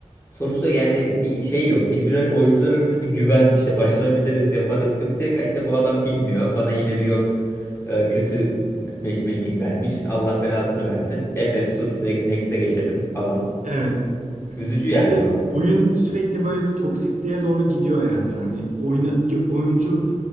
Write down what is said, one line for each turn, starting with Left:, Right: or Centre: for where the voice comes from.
Left: sonuçta yani bir şey yok. Bir, oyuncular arasında bir güven işte başarabiliriz, yaparız yok. Direkt işte bu adam bilmiyor. Bana yine Riot e, kötü matchmaking vermiş. Allah belasını versin. FF sur direkt next'e geçelim falan.
Right: Evet.
Left: Üzücü yani
Right: Bir de
Left: o.
Right: oyun sürekli böyle bir toksikliğe doğru gidiyor yani. Hani oyna, bir oyuncu